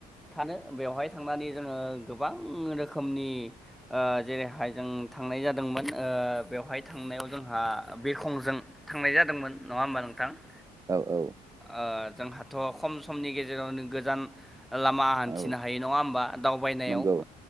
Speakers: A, in the centre; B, on the right (about 20°).
A: थानो बेवहाय थांनानै जोङो गोबां रोखोमनि ओ जेरैहाय जों थांनाय जादोंमोन ओ ओ बेवहाय थांनायाव जोंहा बिरखंजों थांनाय जादोंमोन नङा होमबा नोंथां? ओ
B: औ औ
A: ओ जोंहाथ' खम समनि गेजेरावनो गोजान लामा हान्थिनो
B: औ
A: हायो नङा होमबा दावबायनायाव?
B: नंगौ